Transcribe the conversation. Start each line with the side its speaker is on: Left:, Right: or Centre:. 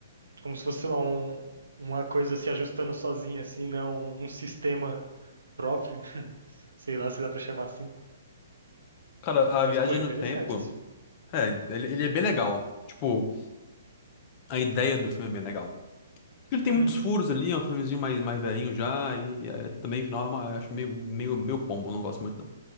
Right: como se fosse, sei lá, um, uma coisa se ajustando sozinha, assim, né? Um, um sistema próprio, <laughs> sei lá se dá pra chamar assim.
Left: Cara,
Right: Mas,
Left: a viagem
Right: pô, é interessante
Left: no tempo,
Right: esse filme.
Left: é, ele, ele é bem legal. Tipo, a ideia do filme é bem legal. Ele tem
Right: Uhum.
Left: muitos furos ali, é um filmezinho mais, mais velhinho já, e é, também, no final, é uma- eu acho meio, meio, meio pombo, não gosto muito não.